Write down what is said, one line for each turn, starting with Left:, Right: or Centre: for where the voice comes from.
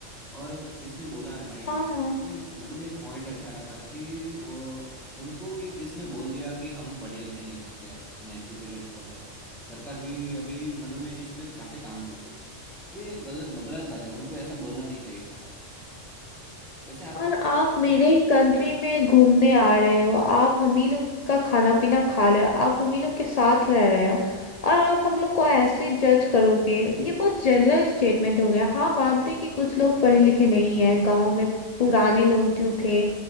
Centre: और किसने बोला है भाई
Left: हाँ
Centre: आपने मतलब मैं पॉइंट अच्छा रखा कि वो- उनको ये किसने बोल दिया कि हम पढ़े लिखे नहीं होते हैं अनएजुकेटेड होते हैं सरकार भी अभी मतलब मैं इस पे काफी काम कर रही है ये गलत गलत बात है उनको ऐसा बोलना नहीं चाहिए था वैसे आपको
Left: और आप मेरे
Centre: हाँ
Left: ही कंट्री में घूमने आ रहे हो आप हम ही लोग का खाना पीना खा रहे हो आप हम ही लोग के साथ रह रहे हो और आप हम लोग को ऐसे जज करोगे ये बहुत जनरल स्टेटमेंट हो गया हाँ मानते हैं कि कुछ लोग पढ़े लिखे नहीं हैं गांव में पुराने लोग जो थे